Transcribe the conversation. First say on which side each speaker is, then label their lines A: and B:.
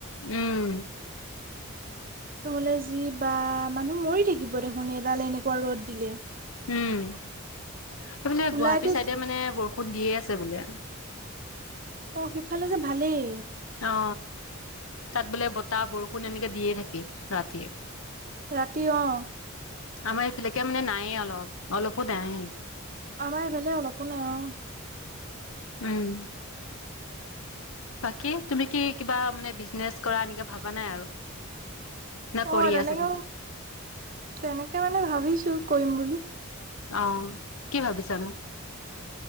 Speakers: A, on the left (about 70°); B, on the right (about 40°).
A: উম।
B: নহলে যি বা মানুহ মৰি থাকিব দেখোন এডাল এনেকুৱা ৰদ দিলে।
A: উম এইফানে
B: ওলাইতো
A: গুৱাহাটী চাইডে মানে বৰষুণ দিয়ে আছে। দি আছে বোলে আৰু
B: অ সিফালে যে ভালেই।
A: অ তাত বোলে বতাহ বৰষুণ এনেকে দিয়ে থাকে ৰাতিয়ে।
B: ৰাতি অ
A: আমাৰ এইফালেকে মানে নায়ে অলপ অলপো নাই।
B: আমাৰ এইফালে অলপো নাই অ
A: উম বাকী তুমি কি কিবা মানে বিজনেচ কৰা এনেকে ভবা নাই আৰু না কৰি
B: অ তেনেকে
A: আছা কিবা?
B: তেনেকে মানে ভাবিছো কৰিম বুলি।
A: অ কি ভাবিছা মোক?